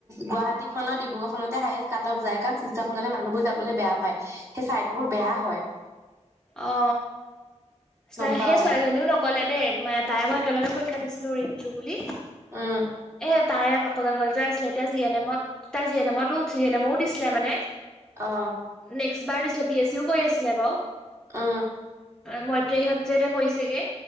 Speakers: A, on the right (about 25°); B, in the centre.
A: গুৱাহাটী খত ডিব্ৰুগড়খনত হায় কাটক যায় কাৰণ চৃষ্ট সজে মানুহবোৰ যাবলৈ বেয়া পায় সেই ছাইটবোৰ বেয়া হয়
B: অ সেই
A: গম পাও
B: ছোৱালীজনীও নক গ'লে দেই ম তাই মই একেলগে পৰীক্ষা দিছিলো ৰিঞ্জু বুলি
A: উম
B: এ তাই কাকজান কলেজৰ আছিলে এতিয়া জি এন এম তাই জি এন এমতো জি এন এম ও দিছিলে মানে
A: অ
B: নেক্সট বাৰ দিছিলে বি এছ চ ইও কৰি আছিলে বাৰু
A: অ
B: মইত্ৰ ইহঁত যে এতিয়া কৰিছেগে